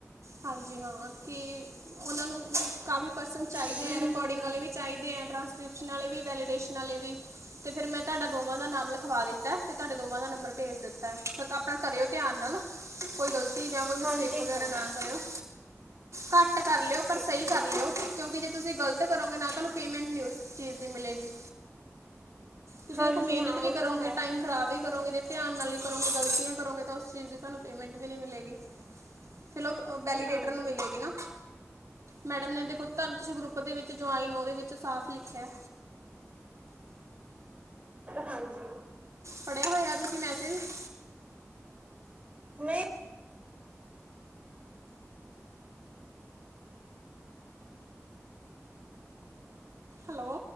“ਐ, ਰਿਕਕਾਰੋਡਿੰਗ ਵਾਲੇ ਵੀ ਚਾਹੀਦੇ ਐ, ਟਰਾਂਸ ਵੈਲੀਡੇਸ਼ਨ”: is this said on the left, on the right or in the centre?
Right